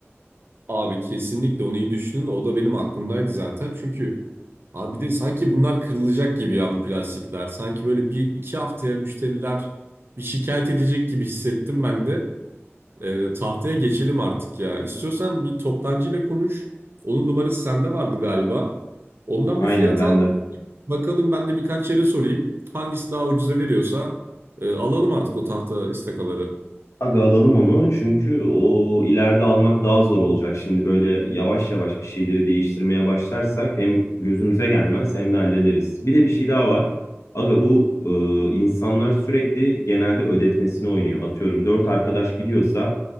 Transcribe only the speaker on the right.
Abi kesinlikle onu iyi düşünün. O da benim aklımdaydı zaten. Çünkü abi bir de sanki bunlar kırılacak gibi ya bu plastikler. Sanki böyle bir iki haftaya müşteriler bir şikayet edecek gibi hissettim ben de. Ee, tahtaya geçelim artık ya. İstiyorsan bir toptancıyla konuş. Onun numarası sende vardı galiba. Ondan
bir fiyat
al.
Bakalım ben de birkaç yere sorayım. Hangisi daha ucuza veriyorsa e, alalım artık o tahta istakaları.